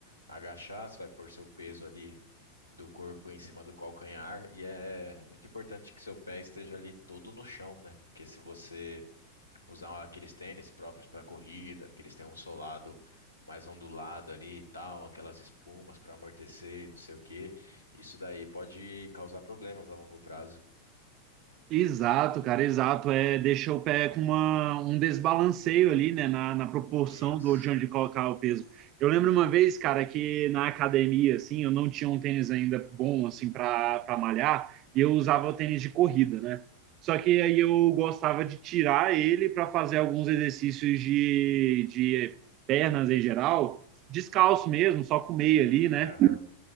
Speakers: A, on the left; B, on the right.
A: agachar, você vai pôr seu peso ali do corpo em cima do calcanhar, e é muito importante que seu pé esteja ali todo no chão, né? Porque se você usar aqueles tênis próprios para corrida, que eles têm um solado mais ondulado ali e tal, aquelas espumas para amortecer, e não sei o quê. Isso daí pode causar problemas a longo prazo.
B: Exato, cara, exato. É, deixa o pé com uma, um desbalanceio ali, né, na, na proporção
A: Isso.
B: do de onde colocar o peso. Eu lembro uma vez, cara, que na academia, assim, eu não tinha um tênis ainda bom, assim, para para malhar, e eu usava o tênis de corrida, né? Só que aí eu gostava de tirar ele para fazer alguns exercícios de, de pernas em geral, descalço mesmo, só com meia ali, né?
A: Aham,